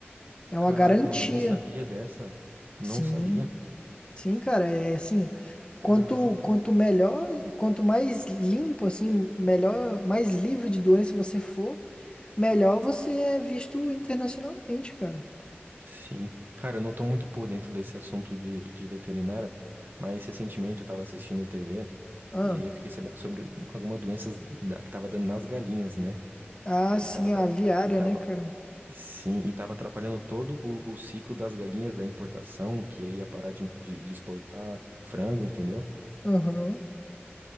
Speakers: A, on the left (about 25°); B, on the right (about 50°).
A: É uma
B: Caraca,
A: garantia.
B: mano, eu não sabia dessa. Não
A: Sim.
B: sabia.
A: Sim, cara, é assim, quanto
B: Caraca.
A: quanto melhor, quanto mais limpo assim, melhor, mais livre de doença você for, melhor você é visto internacionalmente, cara.
B: Sim. Cara, eu não tô muito por dentro desse assunto de, de veterinária, mas recentemente eu tava assistindo TV.
A: Ah,
B: E aí eu fiquei sabendo sobre algumas doenças da- que tava dando nas galinhas, né?
A: ah, sim,
B: E tava, atra-
A: a aviária,
B: e tava,
A: né, cara?
B: sim, e tava atrapalhando todo o, o ciclo das galinhas da importação, que aí ia parar de, de, de exportar frango, entendeu?
A: Aham.